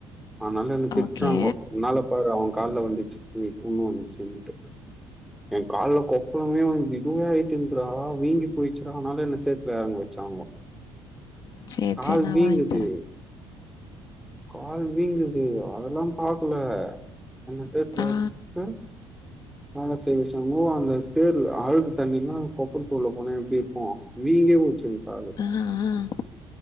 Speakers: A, in the centre; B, on the left.
A: அதுனால என்ன திட்டுறாங்கோ
B: ஓகே
A: உன்னால பாரு அவ கால்ல வந்துச்சு புண்ணு வந்துச்சுன்டு என் கால்ல கொப்பளமே வந்து இதுவாயிட்டு இருந்துறா வீங்கி போயிச்சுறா அதுனால என் செ ருப் வாங்க வச்சாங்கோ
B: சேரி
A: கால்
B: சேரி நா
A: வீங்குது
B: வாங்கி தரே
A: கால் வீங்குது அதெல்லா பாக்கல ஆன சேத்துல
B: ஆ
A: இருக்கு அழ சே <unintelligible> அந்த சேரு அழுக்கு தண்ணிலா கொப்பளத்து உள்ள போனா எப்டி இருக்கோ வீங்கி ச்சி காலு
B: ஆ ஆ